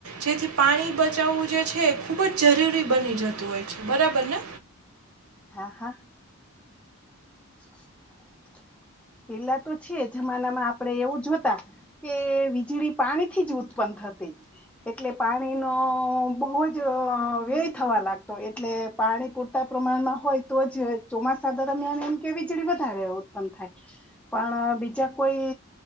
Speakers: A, on the right; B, in the centre.
A: જેથી પાણી બચાવવું જે છે એ ખૂબ જ જરૂરી બની જતું હોય છે, બરાબરને.
B: હા, હા. <inaudible> પેલા તો છે, જમાનામાં આપડણે એવું જોતા કે વીજળી પાણીથી જ ઉત્પન્ન થતી, એટલે પાણીનો બહુજ વ્યય થવા લાગતો એટલે પાણી પૂરતા પ્રમાણમાં હોય, તો જ ચોમાસા દરમિયાન એમ કે વીજળી વધારે ઉત્પન્ન થાય. પણ બીજા કોઈ